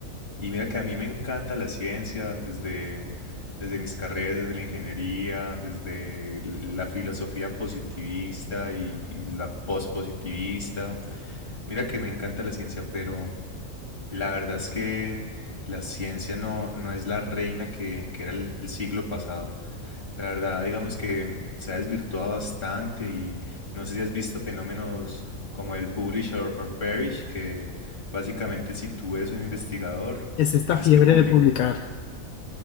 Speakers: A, on the left (about 40°); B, on the left (about 80°).
A: Y mira que a mí me encanta la ciencia desde, desde mis carreras, desde la ingeniería, desde la filosofía positivista y, y la pospositivista. Mira que me encanta la ciencia, pero... La verdad es que la ciencia no, no es la reina que, que era el siglo pasado. La verdad, digamos que se ha desvirtuado bastante y no sé si has visto fenómenos como el publish or, or perish, que básicamente si tú eres un investigador,
B: Es esta
A: tienes
B: fiebre
A: que publicar...
B: de publicar.